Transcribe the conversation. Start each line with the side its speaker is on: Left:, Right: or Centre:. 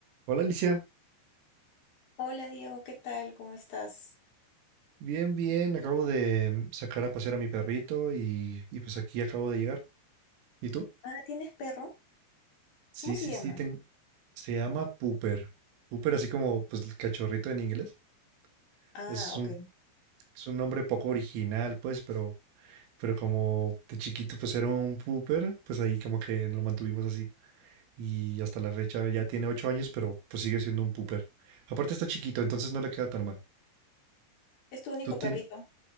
Right: Hola Alicia,
Left: Hola Diego, ¿qué tal? ¿Cómo estás?
Right: bien, bien, acabo de sacar a pasear a mi perrito y, y pues aquí acabo de llegar. ¿Y tú?
Left: Ah, ¿tienes perro?
Right: Sí,
Left: ¿Cómo se
Right: sí,
Left: llama?
Right: sí, ten- se llama Pooper. Pooper así como pues el cachorrito en inglés.
Left: Ah,
Right: Es
Left: ok.
Right: un, es un nombre poco original pues, pero, pero como de chiquito pues era un Pooper, pues ahí como que lo mantuvimos así. Y hasta la fecha ya tiene ocho años, pero pues sigue siendo un Pooper. Aparte está chiquito, entonces no le queda tan mal.
Left: ¿Es tu único
Right: Tú tienes...
Left: perrito?